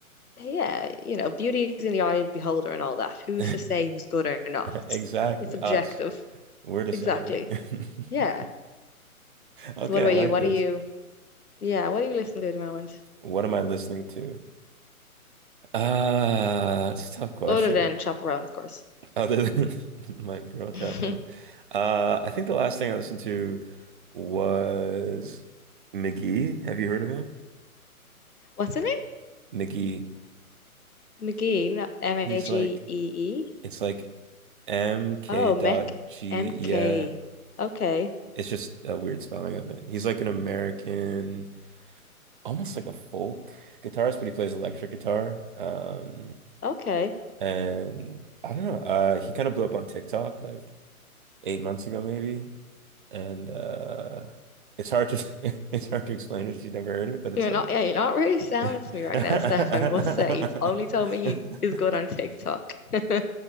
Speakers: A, on the left (about 80°); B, on the right (about 35°).
A: yeah, you know, beauty is in the eye of the beholder and all that.
B: <laughs>
A: Who's to say who's good or not?
B: Exactly.
A: It's objective.
B: Us. We're deciding.
A: Exactly.
B: <laughs>
A: Yeah.
B: Okay,
A: So what about
B: I like
A: you? What
B: this.
A: do you, yeah, what do you listen to at the moment?
B: What am I listening to? Uh, it's a tough question.
A: Other than Chaperone, of course.
B: Other than <laughs> my girl chat
A: <laughs>
B: room, uh, I think the last thing I listened to was McGee. Have you heard of him?
A: What's the name?
B: McGee.
A: McGee, M-A-G-E-E.
B: He's like, it's like MK
A: Oh,
B: dot
A: Mech
B: G.
A: M-K.
B: Yeah,
A: Okay.
B: it's just a weird spelling of it. He's like an American, almost like a folk guitarist, but he plays electric guitar. Um,
A: Okay.
B: and I don't know. Uh, he kind of blew up on TikTok like eight months ago, maybe. and uh it's hard to <laughs> it's hard to explain it if you've never heard it, but it's
A: You're
B: like
A: not, yeah, you're not really sounding
B: <laughs>
A: to me right now, <laughs> Steph, I must say. You've only told me he is good on TikTok. <laughs>